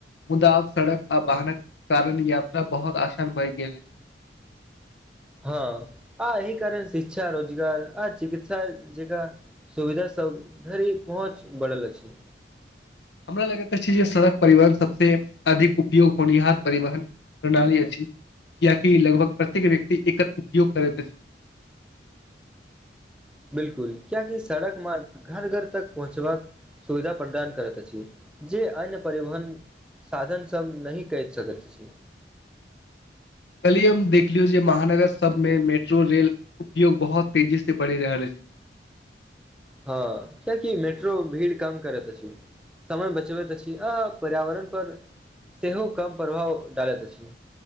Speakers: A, on the left; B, in the centre.
A: मुदा आब सड़क आ वाहनक कारण यात्रा बहुत आसान भइ गेल।
B: हँ आ एहि कारण शिक्षा, रोजगार आ चिकित्सा जका सुविधा सब धरि पहुँच बढ़ल अछि।
A: हमरा लगैत अछि जे सड़क परिवहन सबसे अधिक उपयोग होनिहार परिवहन प्रणाली अछि कियकि लगभग प्रत्येक व्यक्ति एकर उपयोग करैत अछि।
B: बिलकुल कियकि सड़क मार्ग घर घर तक पहुँचबाक सुविधा प्रदान करैत अछि जे अन्य परिवहन साधनसभ नहि क सकैत अछि।
A: कलहि हम देखलियौ जे महानगर सभमे मेट्रो रेल उपयोग बहुत तेजीसँ बढ़ि रहल अछि।
B: हँ कियकि मेट्रो भीड़ कम करैत अछि, समय बचबैत अछि आ पर्यावरण पर सेहो कम प्रभाव डालैत अछि।